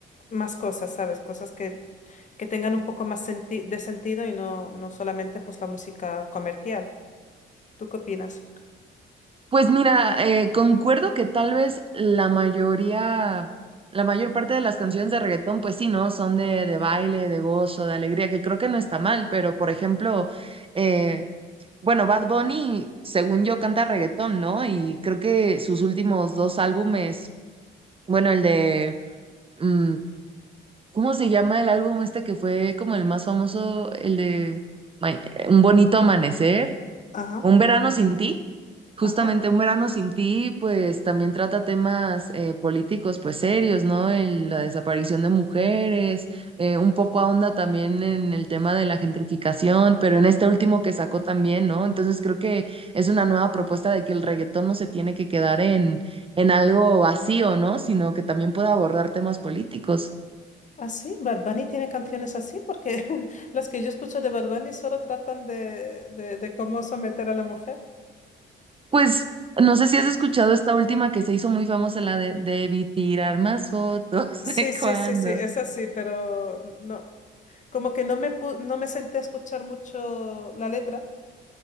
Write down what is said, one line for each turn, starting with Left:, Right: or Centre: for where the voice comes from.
Left: más cosas, ¿sabes? Cosas que, que tengan un poco más senti- de sentido y no, no solamente pues la música comercial. ¿Tú qué opinas?
Right: Pues mira, eh, concuerdo que tal vez la mayoría, la mayor parte de las canciones de reggaetón, pues sí, ¿no? Son de, de baile, de gozo, de alegría, que creo que no está mal, pero por ejemplo, eh, bueno, Bad Bunny, según yo, canta reggaetón, ¿no? Y creo que sus últimos dos álbumes, bueno, el de, mm, ¿cómo se llama el álbum este que fue como el más famoso? El de Ma- Un bonito amanecer,
Left: Ajá,
Right: Un verano sin ti. Justamente
Left: ajá.
Right: Un verano sin ti, pues también trata temas eh, políticos, pues serios, ¿no? El- la desaparición de mujeres, eh, un poco ahonda también en el tema de la gentrificación, pero en este último que sacó también, ¿no? Entonces creo que es una nueva propuesta de que el reggaetón no se tiene que quedar en, en algo vacío, ¿no? Sino que también pueda abordar temas políticos.
Left: ¿Ah, sí? ¿Bad Bunny tiene canciones así? Porque <laughs> las que yo escucho de Bad Bunny solo tratan de, de, de cómo someter a la mujer.
Right: Pues no sé si has escuchado esta última que se hizo muy famosa, la de debí tirar más fotos,
Left: Sí,
Right: <laughs> ¿de
Left: sí,
Right: cuando
Left: sí, sí, es así, pero no. Como que no me, pu- no me senté a escuchar mucho la letra,